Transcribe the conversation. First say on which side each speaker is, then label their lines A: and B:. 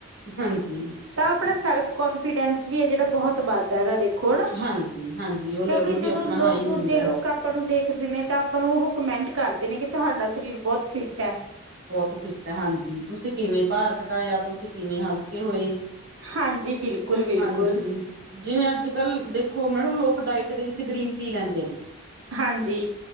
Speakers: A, on the right (about 50°); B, on the right (about 65°).
A: ਹਾਂਜੀ।
B: ਤਾਂ ਆਪਣਾ ਸੈਲਫ਼ ਕੌਨਫੀਡੈਂਸ ਵੀ ਐ, ਜਿਹੜਾ ਬਹੁਤ ਵੱਧਦਾ ਹੈਗਾ ਦੇਖ ਕੌਣ।
A: ਹਾਂਜੀ, ਹਾਂਜੀ ਉਹ
B: ਕਿਉਂਕਿ,
A: ਲੈਵਲ ਵੀ
B: ਜਦੋਂ
A: ਆਪਣਾ
B: ਲੋਗ
A: ਹਾਈ
B: ਦੂਜੇ
A: ਹੁੰਦਾ।
B: ਲੋਕ ਆਪਾਂ ਨੂੰ ਦੇਖਦੇ ਨੇ ਤਾਂ ਆਪਾਂ ਨੂੰ ਉਹ ਕਮੈਂਟ ਕਰਦੇ ਨੇ। ਕਿ ਤੁਹਾਡਾ ਸਰੀਰ ਬਹੁਤ ਫਿੱਟ ਐ।
A: ਬਹੁਤ ਫਿੱਟ ਐ, ਹਾਂਜੀ। ਤੁਸੀਂ ਕਿਵੇਂ ਭਾਰ ਘਟਾਇਆ। ਤੁਸੀਂ ਕਿਵੇਂ ਹਲਕੇ ਹੋਏ
B: ਹਾਂਜੀ। ਬਿਲਕੁਲ-ਬਿਲਕੁਲ।
A: ਹਾਂਜੀ। ਜਿਵੇਂ ਅੱਜ-ਕੱਲ੍ਹ ਦੇਖੋ ਮੈਡਮ, ਲੋਕ ਡਾਇਟ ਦੇ ਵਿੱਚ ਗ੍ਰੀਨ ਟੀ ਲੈਂਦੇ ਨੇ
B: ਹਾਂਜੀ।